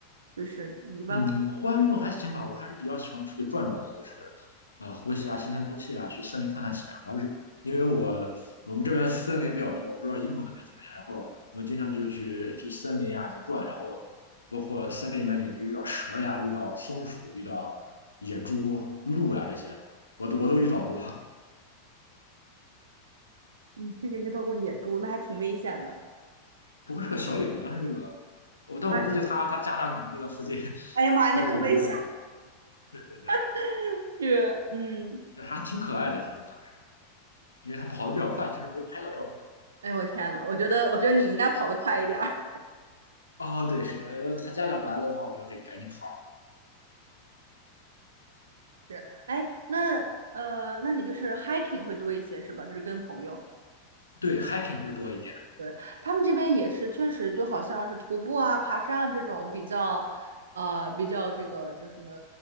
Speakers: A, on the right; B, on the left.
A: 就是你一般
B: 嗯，户外运动还行吧，我还是比较喜欢出去转转的，就是呃呼吸啊新鲜空气啊，去森林探探险。我还是因为我我们这边森林比较多，我不知道英国那边怎么样，然后我经常就去去森林啊去转，然后包括森林里面也可以遇到蛇呀，遇到松鼠，遇到野猪、鹿呀这些，我都我都遇到过。
A: 你甚至遇到过野猪，那还挺危险的。
B: 不过是个小野猪，但是这个我但我估计他他家长可能就在附近，
A: 哎
B: <laughs>
A: 哎呀妈呀，
B: 所以我们就
A: 那更危险！
B: 对对对，
A: <laughs> 是，嗯，
B: 对，还挺可爱的。其实当时，因为他跑的比较快，其实没拍到照片。
A: 哎，我天呐，我觉得我觉得你应该跑得快一点儿。
B: 哦，对，是的，呃他家长来了的话，我就得赶紧跑。
A: 是，哎，那呃，那你就是 hiking 会多一些是吧？就是跟朋友，
B: 对，hiking 会多一点。
A: 对，他们这边也是，确实就好像是徒步啊、爬山啊这种比较，呃，比较这个叫什么，